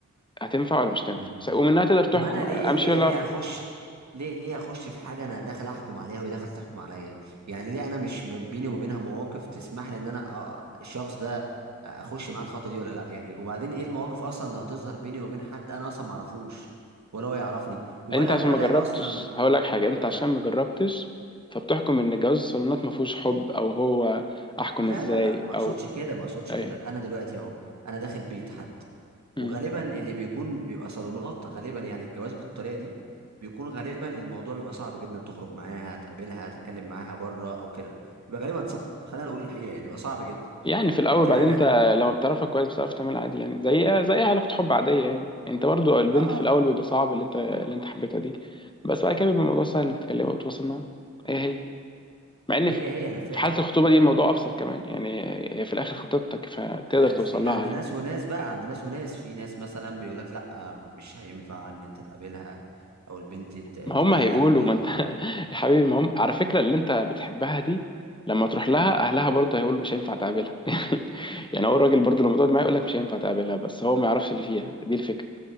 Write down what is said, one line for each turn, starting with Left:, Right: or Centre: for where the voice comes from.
Left: هتنفع ولا مش تنفع
Right: مم.
Left: س- ومنها تقدر تحكم
Right: طب انا
Left: امشي
Right: ليه ليه
Left: ولا
Right: ليه اخش ليه ليه اخش في حاجة انا داخل احكم عليها وهي داخل تحكم عليا يعني ليه انا مش م- بيني وما بينها مواقف تسمح لي ان انا أ- الشخص ده اخش معاه الخطوة دي ولا لا يعني وبعدين ايه المواقف اصلا اللي هتظهر بيني وبين حد انا اصلا ما اعرفوش ولا هو يعرفني ولا
Left: انت عشان
Right: ولا
Left: ما جربتش
Right: اصلا
Left: هقول لك حاجة انت
Right: لا
Left: عشان ما جربتش فبتحكم ان جواز الصالونات ما فيهوش حب او هو احكم
Right: لا
Left: ازاي
Right: لا لا ما اقصدش
Left: او
Right: كده ما اقصدش
Left: اي
Right: كده انا دلوقتي اهو انا داخل بيت حد وغالبا
Left: مم.
Right: اللي بيكون بيبقى صالونات غالبا يعني الجواز بالطريقه دي بيكون غالبا الموضوع بيبقى صعب جدا تخرج معاها تقابلها تتكلم معاها بره او كده بيبقى غالبا صعب خلينا نقول الحقيقه يعني بيبقى صعب جدا
Left: يعني في
Right: فبالتالي
Left: الاول بعدين
Right: انا
Left: انت لما بتعرفها كويس بتعرف تعملها عادي يعني زي زي أي علاقه حب عاديه يعني انت برضو البنت
Right: اه
Left: في الاول بيبقى صعب اللي انت اللي انت حبيتها دي بس بعد كده بيبقى الموضوع سهل انك تكلمها وتتواصل معاها هي هي مع ان
Right: هي
Left: في
Right: هي انا فا...
Left: في حاله الخطوبه دي الموضوع ابسط كمان يعني هي في الاخر خطيبتك فتقدر
Right: آه،
Left: توصل
Right: في
Left: لها
Right: عند
Left: يعني
Right: ناس وناس بقى عند ناس وناس في ناس مثلا بيقول لك لا آه، مش هينفع ان انت تقابلها او البنت ت-
Left: ما
Right: تقلق
Left: هم هيقولوا
Right: و...
Left: ما انت <laughs> يا حبيبي ما هم على فكره اللي انت بتحبها دي لما تروح لها اهلها برضه هيقولوا مش هينفع تقابلها <laughs> يعني هو الراجل برضه لما تقعد معاه يقول لك مش هينفع تقابلها بس هو ما يعرفش اللي فيها دي الفكره